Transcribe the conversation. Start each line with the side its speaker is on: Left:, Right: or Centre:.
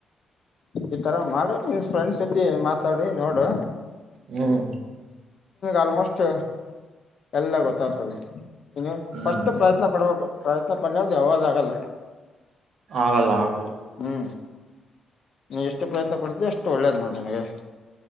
Left: ಈತರ ಮಾಡೋ ನಿನ್ ಫ್ರೆಂಡ್ಸ್ ಜತಿ ಮಾತಾಡಿ ನೋಡು
Right: ಹ್ಮ್
Left: ಆಲ್ಮೋಸ್ಟ್ ಎಲ್ಲ ಗೊತ್ತಾಗ್ತದೆ ಇನ್ನು
Right: ಹ್ಮ್
Left: ಫಸ್ಟ್ ಪ್ರಯತ್ನ ಪಡ್ಬೇಕು ಪ್ರಯತ್ನ ಪಡದು ಯಾವ್ದ ಆಗಲ್ಲ
Right: ಆಗಲ್ಲ ಆಗಲ್ಲ
Left: ಹ್ಮ್ ನೀ ಎಷ್ಟು ಪ್ರಯತ್ನ ಪಡ್ತಿ ಅಷ್ಟು ಎಷ್ಟು ಒಳ್ಳೇದ್ ನೋಡಿ ನಿನಗೆ